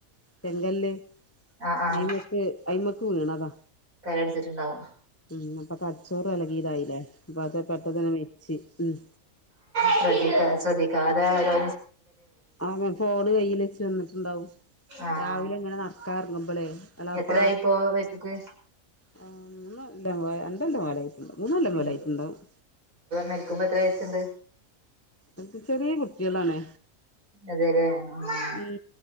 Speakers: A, on the left; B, on the right.
A: ചെങ്കല്ല്
B: ആഹ് ആഹ്
A: അയ്മക്ക് അയ്മക്ക് വീണതാ.
B: തലട്ച്ചിട്ട്ണ്ടാവും.
A: ഉം അപ്പൊ തൽച്ചോറ് എളകിതായില്ലേ. അപ്പൊ അത് പെട്ടന്നെന്നെ മെര്ച്ച് ഉം.
B: ശ്രദ്ധിക്ക ശ്രദ്ധിക്കാതോരോ
A: അങ്ങനെ ഫോണ് കൈയില് വെച്ച് നിന്ന്ട്ടുണ്ടാവും.
B: ആഹ്
A: രാവിലെങ്ങനെ നടക്കാർങ്ങുമ്പോളേ. എളാപ്പ
B: എത്രായിപ്പോ മരിച്ചിട്ട്
A: ആ മൂന്നൊല്ല രണ്ടല്ലം പോരായി. മൂന്നെല്ലം
B: ഉം
A: പോലെ ആയിട്ട്ണ്ടാവും.
B: മരിക്കുമ്പോ എത്ര വയസ്സുണ്ട്
A: ഓന്ക്ക് ചെറീ കുട്ടിയളാണ്.
B: അതേല്ലേ ആഹ്
A: ഉം